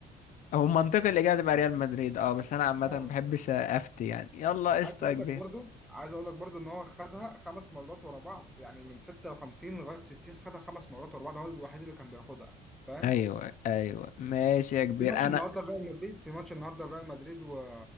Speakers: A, on the left (about 50°); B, in the centre.
A: هو منطقي الاجابه تبقى ريال مدريد اه بس انا عامه
B: طبعاً.
A: ما بحبش افتي يعني يلا قشطه
B: عايز اقول
A: يا كبير
B: لك برضو عايز اقول لك برضو ان هو خدها خمس مرات ورا بعض يعني من 56 لغايه 60 خدها خمس مرات ورا بعض هو الوحيد اللي كان بياخدها فاهم
A: ايوه ايوه ماشي يا كبير
B: في ماتش
A: انا
B: النهارده ريال مدريد في ماتش النهارده ريال مدريد و...